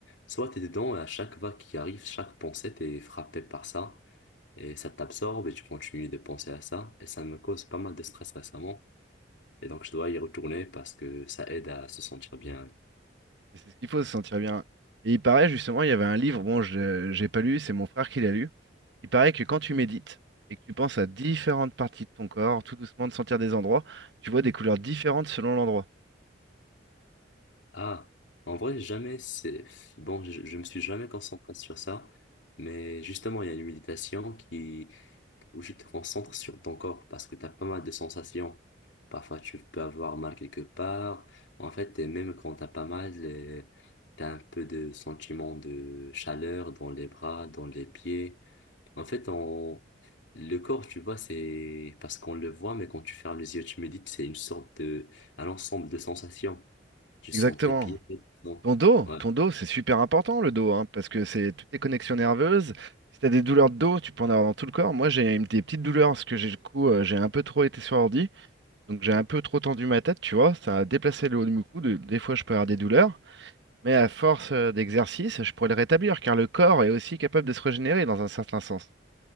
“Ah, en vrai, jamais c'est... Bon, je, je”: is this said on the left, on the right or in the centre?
Left